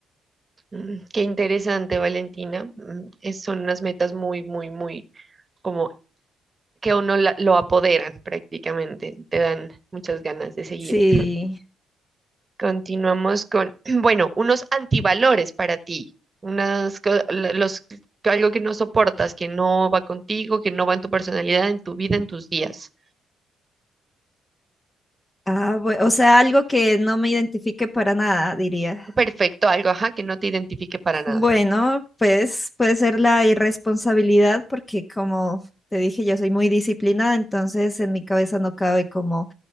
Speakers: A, on the right; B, on the left.
A: Mm, qué interesante, Valentina. Mm, es- son unas metas muy, muy, muy como que a uno la- lo apoderan prácticamente. Te dan muchas ganas de seguir.
B: Sí.
A: Continuamos con, <clears throat> bueno, unos antivalores para ti, unas, co- la- los, algo que no soportas, que no va contigo, que no va en tu personalidad, en tu vida, en tus días.
B: Ah, bue- o sea, algo que no me identifique para nada, diría.
A: Perfecto, algo, ajá, que no te identifique para nada.
B: Bueno, pues puede ser la irresponsabilidad porque como te dije, yo soy muy disciplinada, entonces en mi cabeza no cabe como